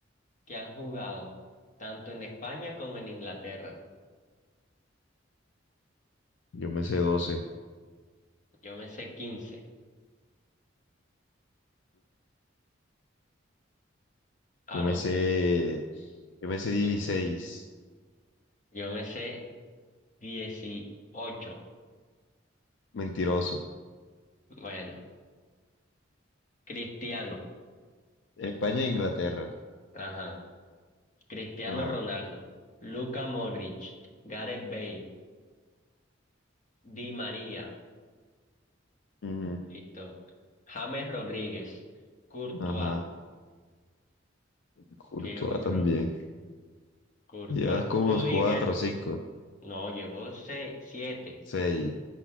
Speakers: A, on the left; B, on the left.
A: que han jugado, tanto en España como en Inglaterra.
B: Yo me sé doce.
A: Yo me sé quince.
B: Yo
A: Aló.
B: me sé, yo me sé dieciséis
A: Ujú. Yo me sé dieciocho.
B: mentiroso.
A: Bueno, Cristiano.
B: España e Inglaterra.
A: Ajá. Cristiano
B: Ajá.
A: Ronaldo. Luka Modric. Gareth Bale. Di María.
B: ujú,
A: Listo. James Rodríguez, Courtois,
B: Ajá. Courtois
A: ¿qué otro?
B: también.
A: Courtois,
B: Llevas como
A: Rudiger,
B: cuatro cinco
A: no, llevó seis, siete,
B: seis